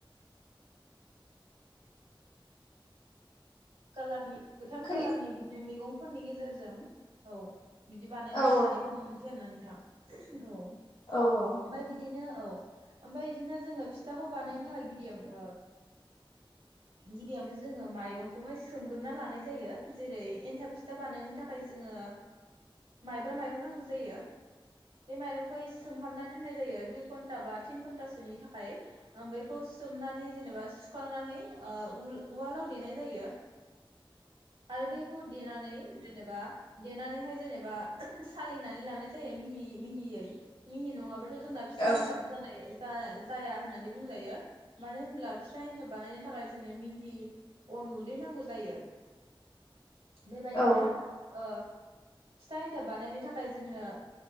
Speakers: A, on the right (about 75°); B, on the left (about 65°).
A: कालारनि। गोथां
B: खोना
A: कालारनि बिदिनो मैगं फननि गेजेरजों औ। बिदि बानायनानै
B: औ
A: जानायखौ नुनो मोनसै आरोना नों। थां औ। ओमफाय
B: औ औ
A: बिदिनो औ ओमफाय इदिनो जोङो फिथाखौ बानायनो थाखाय गिबियावनो गिबियावनो जोङो माइरंखौहाय सोमगोरोना लानाय जायो जेरै एन्थाब फिथा बानायनो थाखाय जोङो माइब्रा माइरं नांगौ जायो। बे माइरंखौ हाय सोमहाबना दोननाय जायो। दुइ घन्टा बा थिन घन्टासोनि थाखाय ओ बेखौ सोमनानै जेनेबा सुखांनानै ओ उल उवालाव देनाय जायो। आरो बेखौ देनानै जेनेबा देनानैहाय। जेनेबा सालिनानै लानाय जायो मिहि मिहियै मिहि नंङाब्ला जोंना फिथाइ
B: औ
A: एन्थाब जानाय जा जाया होननानै बुंजायो मानो होनब्ला फिथा एन्थाब बानायनो थाखाय जोंनो मिहि अन गुन्दै नांगौ जायो। बेबायदिनो
B: औ
A: ओ फिथा एन्थाब बानायनो थाखाय जोंनो